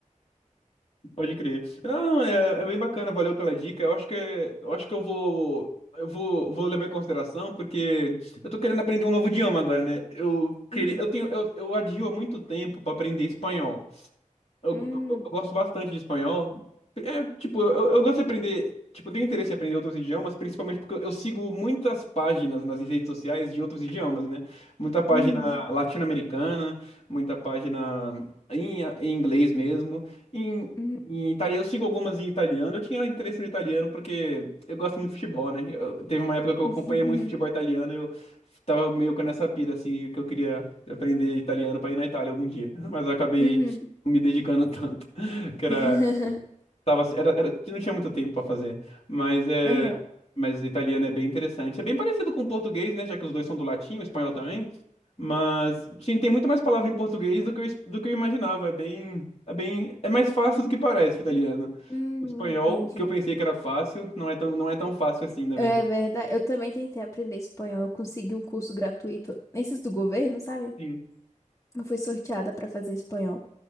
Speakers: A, on the left; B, on the left.
A: Pode crer. Não, é, é bem bacana, valeu pela dica. Eu acho que eu acho que eu vou eu vou, vou levar em consideração porque eu tô querendo aprender um novo idioma agora, né? Eu queria
B: Uhum,
A: eu tenho eu, eu adio há muito tempo para aprender espanhol. Eu,
B: uhum,
A: eu- eu gosto bastante de espanhol. É, tipo, eu, eu gosto de aprender. Tipo, eu tenho interesse em aprender outros idiomas, principalmente porque eu sigo muitas páginas nas redes sociais de outros idiomas, né? Muita página
B: uhum,
A: latino-americana, muita página em, em inglês mesmo. Em,
B: uhum,
A: em italiano, eu sigo algumas em italiano. Eu tinha interesse no italiano porque eu gosto muito de futebol, né? Eu- teve uma época que eu
B: uhum,
A: acompanhei muito futebol italiano e eu tava meio com essa pira, assim, que eu queria aprender italiano pra ir na Itália algum dia. <laughs> Mas eu acabei
B: uhum.
A: me dedicando tanto <laughs> que era
B: <laughs>
A: tava era, era não tinha muito tempo para fazer mas é
B: Aham.
A: mas italiano é bem interessante é bem parecido com o português né já que os dois são do latim o espanhol também mas tinha, tem muito mais palavra em português do que eu, es- do que eu imaginava é bem é bem é mais fácil do que parece o italiano
B: Hum,
A: o espanhol
B: entendi.
A: o que eu pensei que era fácil não é tão não é tão fácil assim na
B: É
A: verdade
B: verdade. Eu também tentei aprender espanhol. Eu consegui um curso gratuito, esses do governo, sabe?
A: sim
B: Eu fui sorteada para fazer espanhol.